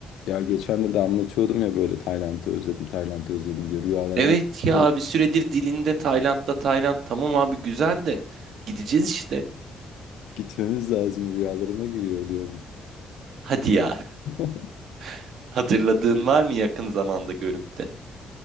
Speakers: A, on the left; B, on the right.
A: Ya geçen de de anlatıyordum ya böyle Tayland'ı özledim, Tayland'ı özledim diyor. Rüyalarıma
B: Evet ya
A: girip
B: bir süredir dilinde Tayland'da Tayland tamam abi güzel de gideceğiz işte.
A: gitmemiz lazım, rüyalarıma giriyor diyorum.
B: Hadi ya
A: <laughs>
B: <laughs> hatırladığın var mı yakın zamanda görüp de?